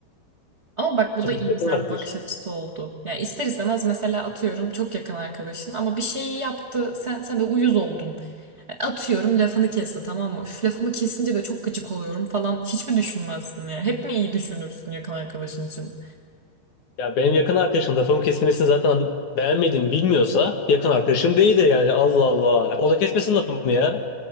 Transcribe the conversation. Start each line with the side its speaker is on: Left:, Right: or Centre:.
Right: Ama bak bu
Left: Sonuçta
Right: da iyimser
Left: yakın arkadaşım.
Right: bir bakış açısı oldu. Yani ister istemez mesela atıyorum çok yakın arkadaşın ama bir şeyi yaptı sen sen de uyuz oldun. Yani Atıyorum lafını kesti tamam mı? Üf, lafımı kesince de çok gıcık oluyorum falan hiçbir düşünmezsin ya? Hep mi iyi düşünürsün yakın arkadaşın için?
Left: Ya benim yakın arkadaşım lafımın kesilmesini zaten beğenmediğimi bilmiyorsa yakın arkadaşım değildir yani. Allah Allah. O da kesmesin lafımı ya.